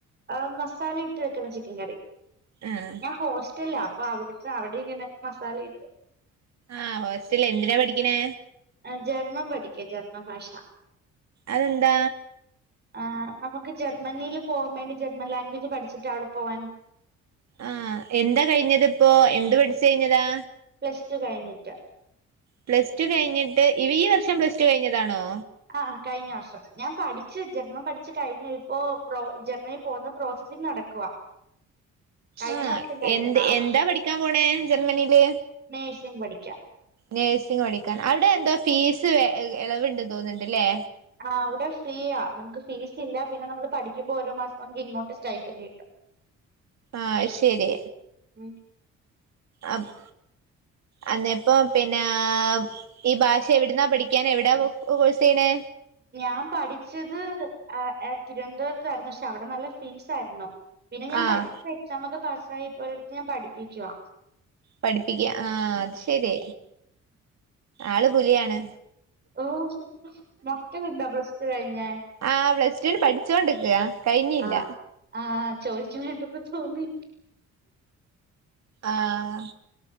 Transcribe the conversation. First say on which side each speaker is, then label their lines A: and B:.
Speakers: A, on the right; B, on the right.
A: ആഹ് മസാലയിട്ട് വെക്കുന്ന ചിക്കൻ കറി.
B: ആഹ്
A: ഞാൻ ഹോസ്റ്റല്ലാ അപ്പൊ അവിടുത്തെ അവിടെ ഇങ്ങനെ മസാല ഇട്ട്
B: ആഹ് ഹോസ്റ്റൽ എന്തിനാ പഠിക്കണേ?
A: ആ ജർമ്മം പഠിക്ക ജർമ്മൻ ഭാഷ
B: അതെന്താ?
A: ആഹ് നമുക്ക് ജർമ്മനിയിൽ പോവാൻ വേണ്ടി ജർമ്മൻ ലാംഗ്വേജ് പഠിച്ചിട്ട് അവിടെ പോവാൻ.
B: ആഹ് എന്താ കഴിഞ്ഞത് ഇപ്പോ എന്ത് പഠിച്ചു കഴിഞ്ഞതാ?
A: പ്ലസ്ടു കഴിഞ്ഞിട്ട്
B: പ്ലസ് ടു കഴിഞ്ഞിട്ട് ഇവ ഈ വർഷം പ്ലസ് ടു കഴിഞ്ഞതാണോ?
A: ആഹ് കഴിഞ്ഞ വർഷം ഞാൻ പഠിച്ചു ജർമ്മൻ പഠിച്ച് കഴിഞ്ഞു ഇപ്പോ പ്രോ ജർമ്മനിയിൽ പോകുന്ന പ്രോസസിങ്ങ് നടക്കുവാ കഴിഞ്ഞ
B: ആഹ്
A: വർഷം കഴിഞ്ഞതാ
B: എന്ത് എന്താ പഠിക്കാൻ പോണേ ജർമ്മനിയില്?
A: നേഴ്സിംഗ് പഠിക്കാൻ
B: നേഴ്സിംഗ് പഠിക്കാൻ അവിടെ എന്തോ ഫീസ് എളവ്ണ്ടെന്ന് തോന്ന്ണ്ട് ല്ലേ
A: ആഹ് അവിടെ ഫ്രീ ആ നമുക്ക് ഫീസ് ഇല്ല പിന്നെ നമ്മൾ പഠിക്കുമ്പോ ഓരോ മാസം നമുക്ക് ഇങ്ങോട്ട് സ്റ്റൈഫല്ല് കിട്ടും. <unintelligible>
B: ആഹ് ശരി
A: ഉം
B: അപ് അന്നപ്പം പിന്നാഹ് ഈ ഭാഷ എവിടുന്നാ പഠിക്കാൻ എവിടാ കോയ്‌സെയ്യണേ?
A: ഞാൻ പഠിച്ചത് ആഹ് ഏഹ് തിരുവനന്തപുരത്തായിരുന്നു പക്ഷെ അവിടെ നല്ല ഫീസ് ആയിരുന്നു. പിന്നെ ഞാൻ
B: ആഹ്
A: പഠിപ്പോ എക്സാം ഒക്കെ പാസ്സായി ഇപ്പ ഒരിടത്ത് ഞാൻ പഠിപ്പിക്കുവ.
B: പഠിപ്പിക്കയാ ആഹ് അത് ശരി. ആള് പുലിയാണ്.
A: ഓഹ് മക്കള്ണ്ടാ പ്ലസ്ടു കഴിഞ്ഞെ?
B: ആഹ് പ്ലസ് ടുന് പഠിച്ചോണ്ട് ക്ക കഴിഞ്ഞില്ല.
A: ആഹ് ആഹ് ചോയിച്ച്ണേട്ടപ്പ തോന്നി.
B: ആഹ്